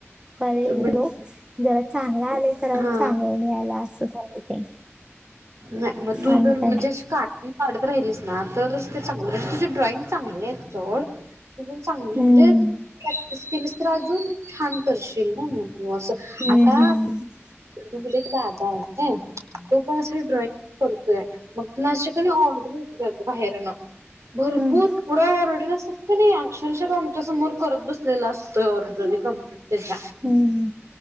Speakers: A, on the right; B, on the right.
A: <unintelligible>
B: म्हण
A: जरा चांगला आले जरा
B: हा
A: चांगलं मिळायला असं झालय ते.
B: नाय म तू
A: आणि
B: जर
A: काय
B: म्हणजे
A: नाही.
B: शिक काढत राहिलीस ना तरच ते चांगलं तुझी ड्रॉइंग चांगली आहे सोड. ते पण चांगली
A: हम्म
B: म्हणजे प्रॅक्टिस केलीस तर अजून छान करशील ना मग तू असं
A: हम्म
B: आता
A: हम्म
B: म्हणजे एक दादा आहेत काय तो पण असं ड्रॉइंग करतोय. मग कुणाशे पण ऑर्डर होेतात बाहेरनं भरपूर
A: हम्म
B: पुढं <unintelligible> शक्य नाही अक्षरशः आमच्या समोर करत बसलेला असतोय ऑर्डर एका त्याच्या
A: हम्म